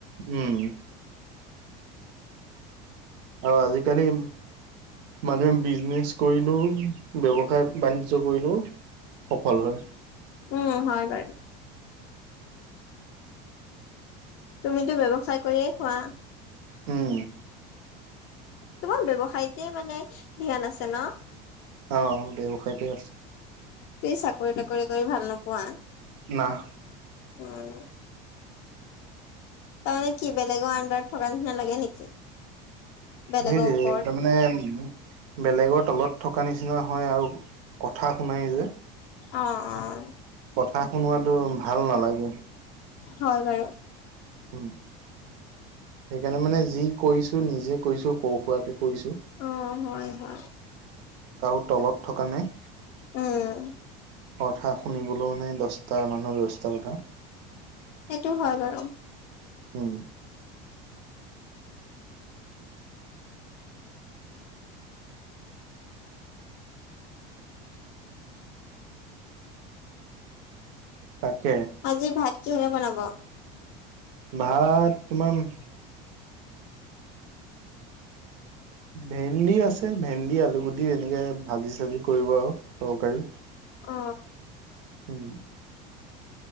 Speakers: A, on the right; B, on the left.
A: উম। আৰু আজিকালি মানুহে বিজনেছ কৰিলেও ব্যৱসায়-বাণিজ্য কৰিলেও সফল হয়।
B: উম, হয় বাৰু। তুমিতো ব্যৱসায় কৰিয়ে খোৱা?
A: উম।
B: তোমাৰ ব্যৱসায়তে মানে ধ্যান আছে ন'?
A: অ', ব্যৱসায়টে আছে।
B: তুমি চাকৰি-তাকৰি কৰি ভাল নোপোৱা?
A: নাহ।
B: উম। তাৰমানে কি বেলেগৰ আণ্ডাৰত থকাৰ নিচিনা লাগে নেকি? বেলেগৰ
A: হেইটোৱে
B: ওপৰত
A: একদম মানে উ, বেলেগৰ তলত থকা নিচিনা হয় আৰু কথা শুনাই যে।
B: অ', অ'।
A: কথা শুনোৱাতো ভাল নালাগে।
B: হয় বাৰু।
A: উম, সেইকাৰণে মানে যি কৰিছোঁ নিজে কৰিছোঁ সৰু-সুৰাকে কৰিছোঁ।
B: অ', হয়, হয়।
A: কাৰো তলত থকা নাই।
B: উম
A: কথা শুনিবলৈও নাই, দহটা মানুহৰ দহটা কথা।
B: সেইটো হয় বাৰু।
A: উম। তাকে।
B: আজি ভাত কিহৰে বনাব?
A: ভাত তোমাৰ
B: <inaudible>
A: ভেন্দি আছে। ভেন্দি আলু গুটি এনেকে ভাজি চাজি কৰিব আৰু তৰকাৰী।
B: অ
A: উম।